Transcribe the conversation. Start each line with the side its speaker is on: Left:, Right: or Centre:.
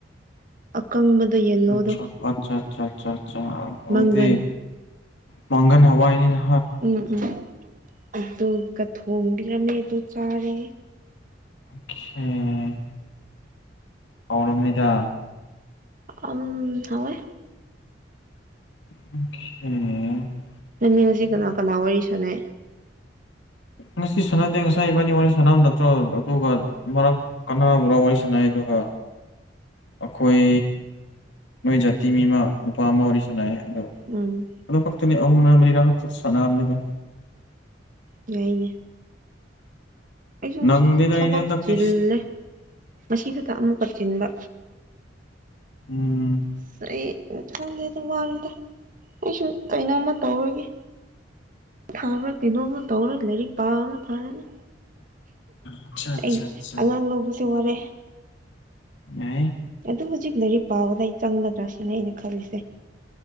Right: ꯑꯀꯪꯕꯗꯣ ꯌꯦꯜꯂꯣꯗꯣ
Left: ꯑꯆꯥ ꯑꯆꯥ ꯑꯆꯥ ꯑꯆꯥ ꯑꯆꯥ ꯑꯗꯨꯗꯤ
Right: ꯃꯪꯒꯟ
Left: ꯃꯒꯅ ꯍꯥꯏꯋꯥ ꯏꯅꯤ ꯅ
Right: ꯎꯝ ꯎꯝ ꯑꯗꯨꯒ ꯊꯣꯡꯕꯤꯔꯝꯃꯦ ꯑꯗꯨ ꯆꯥꯔꯦ
Left: ꯑꯆꯥ ꯍꯥꯎꯔꯝꯅꯤꯗ
Right: ꯑꯝ ꯍꯥꯎꯋꯦ
Left: ꯑꯣꯀꯦ
Right: ꯅꯪ ꯃꯤ ꯉꯁꯤ ꯀꯅꯥ ꯀꯅꯥ ꯋꯥꯔꯤ ꯁꯥꯟꯅꯩ
Left: ꯉꯁꯤ ꯁꯥꯟꯅꯗꯦ ꯉꯁꯥꯏ ꯏꯕꯥꯅꯤ ꯋꯥꯔꯤ ꯁꯥꯟꯅꯕ ꯅꯠꯇ꯭ꯔꯣ ꯑꯗꯨꯒ ꯑꯃꯔꯛ ꯀꯅꯥꯕꯨꯔꯥ ꯋꯥꯔꯤ ꯁꯥꯟꯅꯩ ꯑꯗꯨꯒ ꯑꯩꯈꯣꯏ ꯅꯣꯏ ꯖꯥꯇꯤ ꯃꯤ ꯑꯃ ꯅꯨꯄꯥ ꯑꯃ ꯋꯥꯔꯤ ꯁꯥꯟꯅꯩ ꯑꯗꯨ
Right: ꯎꯝ
Left: ꯑꯗꯨ ꯈꯛꯇꯅꯤ ꯑꯍꯨꯝꯔꯥ ꯃꯔꯤꯔꯥ ꯈꯛꯇ ꯁꯥꯟꯅꯕꯅꯤꯗ
Right: ꯌꯥꯏꯅꯦ ꯑꯩꯁꯨꯨ
Left: ꯅꯪꯗꯦꯗ
Right: ꯉꯁꯤꯗꯤ ꯊꯕꯛ
Left: ꯑꯩꯗꯤ ꯍꯟꯗꯛꯇꯤ
Right: ꯆꯤꯜꯂꯦ ꯃꯁꯤ ꯈꯛꯇ ꯑꯃꯨꯛꯀ ꯆꯤꯟꯕ
Left: ꯎꯝ
Right: ꯑꯁ ꯑꯩ ꯎꯝ ꯈꯪꯗꯦ ꯑꯗꯨꯝ ꯋꯥꯂꯨꯗ ꯑꯩꯁꯨ ꯀꯩꯅꯣꯝꯃ ꯇꯧꯔꯒꯦ ꯊꯥꯕ꯭ꯔꯥ ꯀꯩꯅꯣꯝꯃ ꯇꯧꯔ ꯂꯥꯏꯔꯤꯛ ꯄꯥꯕꯅ ꯐꯔꯅꯤ
Left: ꯑꯆꯥ ꯑꯆꯥ
Right: ꯑꯩ
Left: ꯑꯆꯥ
Right: ꯑꯉꯥꯡ ꯂꯧꯕꯁꯦ ꯋꯥꯔꯦ
Left: ꯌꯥꯏꯌꯦ
Right: ꯑꯗꯨ ꯍꯧꯖꯤꯛ ꯂꯥꯏꯔꯤꯛ ꯄꯥꯕꯗ ꯑꯩ ꯆꯪꯒꯗ꯭ꯔꯥ ꯁꯤꯅꯦ ꯑꯩꯅ ꯈꯜꯂꯤꯁꯦ